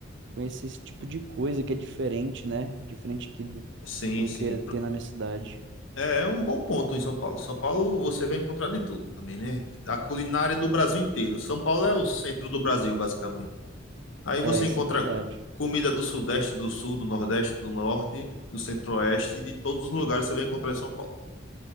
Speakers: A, on the right; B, on the left.
A: conhecer esse tipo de coisa que é diferente, né? Diferente que, do
B: Sim,
A: do
B: sim.
A: que tem na minha cidade.
B: É é um bom ponto em São Paulo. São Paulo você vai encontrar de tudo também, né? A culinária do Brasil inteiro. São Paulo é o centro do Brasil, basicamente. Aí
A: É,
B: você
A: isso
B: encontra
A: é verdade.
B: comida do Sudeste, do Sul, do Nordeste, do Norte, do Centro-Oeste, de todos os lugares você vai encontrar em São Paulo.